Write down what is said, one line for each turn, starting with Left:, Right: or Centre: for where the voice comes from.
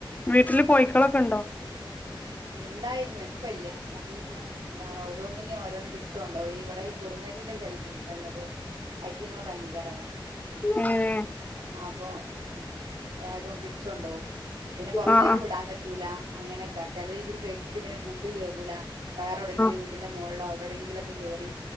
Left: വീട്ടില് കോഴിക്കളൊക്കെണ്ടോ
Right: ഇണ്ടായിരുന്നു ഇപ്പല്ല്യാ അങ്ങിനെ എന്താണോ ഓരോന്നിനിം ഓരോന്നും പിടിച്ച് കൊണ്ടോയി ഇവടെ ഈ കുറുനരിന്റെ <unintelligible> ഇണ്ടല്ലോ കു ഐറ്റിങ്ങള് ഭയ് ങ്കരതാ
Left: ഏഹ്
Right: അപ്പൊ ഉം വേഗം പിടിച്ചൊണ്ടോവും പിന്നെ പൊറത്തേക്ക്
Left: ആഹ് ആഹ്
Right: വിടാൻ പറ്റൂല അങ്ങനെക്കെ ചെല രീതിയിൽ പേട്ച്ചിട്ട് പിന്നെ കൂട്ട് കേറൂലാ വേറെ ഏവ്ടെങ്കിലും
Left: ആഹ്
Right: വീട്ന്റെ മോള്ലോ അവടെ എവ്ടെങ്കിലൊക്കെ കേറി